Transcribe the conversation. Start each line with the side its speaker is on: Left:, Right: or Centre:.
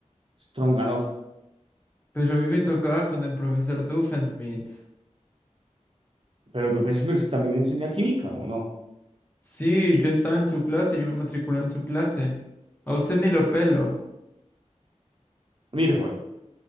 Right: Stronganoff,
Left: Pero a mí me tocaba con el profesor Doofenshmirtz.
Right: pero el profesor Smith también enseña química, ¿o no?
Left: Sí, yo estaba en su clase, yo me matriculé en su clase. A usted ni lo pelo,
Right: Mire, joven,